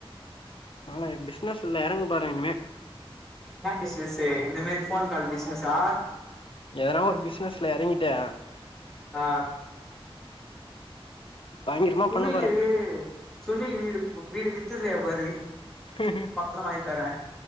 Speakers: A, on the left; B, in the centre.
A: நானு பிசினஸ்ல எறங்க பாறே இனிமே
B: என்னா பிசினஸ்சு இந்த மாரி ஃபோன் கால் பிசினஸா
A: எதனா ஒரு பிசினஸ்ல எறங்கிட்டு
B: ஆ
A: பயங்கரமா
B: சுனிலு
A: பண்ண போறே
B: சுனில் வீடு வீடு வித்துறியா பாரு
A: <unintelligible>
B: பத்தரோ வாங்கி தரே